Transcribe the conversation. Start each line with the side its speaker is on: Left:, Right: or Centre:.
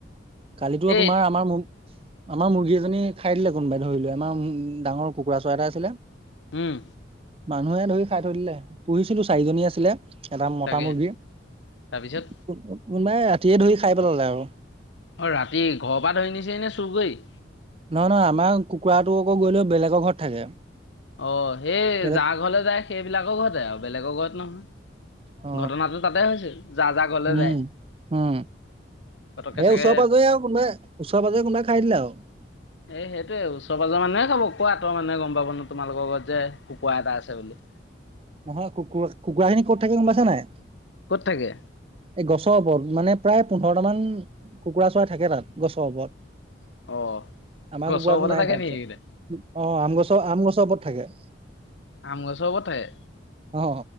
Right: কালিতো
Left: এই
Right: তোমাৰ আমাৰ আমাৰ মুৰ্গী এজনী খাই দিলে কোনোবাই ধৰি লো আমাৰ ডাঙৰ কুকুৰা চৰাই এটা আছিলে।
Left: হম।
Right: মানুহে ধৰি খাই থৈ দিলে পুহিছিলো চাৰিজনী আছিলে এটা মতা
Left: তাকে
Right: মুৰ্গী
Left: তাৰপিছত
Right: কোনোবাই ৰাতিয়ে ধৰি খাই পেলালে আৰু।
Left: অ' ৰাতি ঘৰৰ পৰা ধৰি নিছে নে চুৰ কৰি।
Right: নহয় নহয় আমাৰ কুকুৰাটো আকৌ গৈ লয় বেলেগৰ ঘৰত থাকে।
Left: অ' সেয়ে
Right: বেলেগ
Left: যাৰ ঘৰলে যায় সেইবিলাকৰ ঘৰতে আৰু বেলেগৰ ঘৰত নহয়।
Right: অ
Left: ঘটনাটো তাতেই হৈছে, যাৰ যাৰ ঘৰলৈ
Right: উম
Left: যায়।
Right: উম
Left: পতককে
Right: সেই
Left: চাগে
Right: ওচৰে পাজৰে আৰু কোনোবাই, ওচৰে পাজৰে কোনোবাই খাই দিলে আৰু।
Left: এ সেইটোয়ে, ওচৰে পাজৰ মানুহেই খাব। কৰ পৰা আঁতৰৰ মানুহে গম পাব নো তোমালোকৰ লগত যে কুকুৰা এটা আছে বুলি।
Right: নহয় কুকুৰা, কুকুৰা খিনি ক'ত থাকে গম পাইছা নে নাই।
Left: ক'ত থাকে?
Right: এই গছৰ ওপৰত মানে প্ৰায় পোন্ধৰটা মান কুকুৰা চৰাই থাকে তাত গছৰ ওপৰত।
Left: অ
Right: আমাৰ
Left: গছৰ
Right: কুকুৰা
Left: ওপৰতে
Right: টো নাই
Left: থাকে
Right: তাৰপিছত।
Left: নেকি সেইকেইটা
Right: অ' আম গছৰ, আম গছত থাকে।
Left: আম গছৰ ওপৰত থাকে।
Right: অ